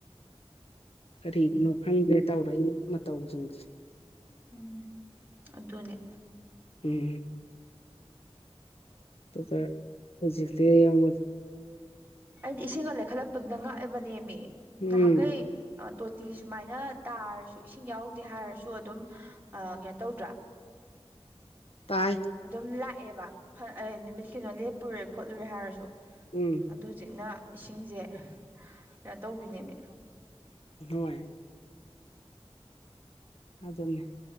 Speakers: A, on the left (about 65°); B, on the right (about 20°).
A: ꯀꯔꯤꯒꯤꯅꯣ ꯈꯪꯗ꯭ꯔꯦ ꯇꯧꯔꯛꯏ ꯃꯇꯧꯁꯤꯡꯁꯦ
B: ꯎꯝ ꯑꯗꯨꯅꯦ
A: ꯎꯝ ꯑꯗꯨꯒ ꯍꯧꯖꯤꯛꯛꯇ ꯌꯥꯝ
B: ꯑꯩꯗꯤ ꯏꯁꯤꯡꯒꯂꯦꯛ ꯈꯠꯂ ꯄꯨꯟꯅ ꯉꯥꯛꯑꯕꯅꯦꯃꯤ
A: ꯎꯝ
B: ꯅꯍꯥꯟꯈꯩ ꯇꯣꯇꯤ ꯁꯨꯃꯥꯏꯅ ꯇꯥꯔꯁꯨ ꯏꯁꯤꯡ ꯌꯥꯎꯗꯦ ꯍꯥꯏꯔꯁꯨ ꯑꯗꯨꯝ ꯀꯩꯅꯣ ꯇꯧꯗ꯭ꯔꯥ
A: ꯄꯥꯏ
B: ꯑꯗꯨꯝ ꯂꯥꯛꯑꯦꯕ ꯅꯨꯃꯤꯠ ꯀꯩꯅꯣ ꯂꯦꯞꯄꯨꯔꯦ ꯈꯣꯠꯂꯨꯔꯦ ꯍꯥꯏꯔꯁꯨ
A: ꯎꯝ
B: ꯑꯗꯣ ꯍꯧꯖꯤꯛꯅ ꯏꯁꯤꯡꯁꯦ ꯀꯩꯅꯣ ꯇꯧꯕꯤꯅꯦꯃꯦ
A: ꯍꯣꯏ ꯑꯗꯨꯅꯤ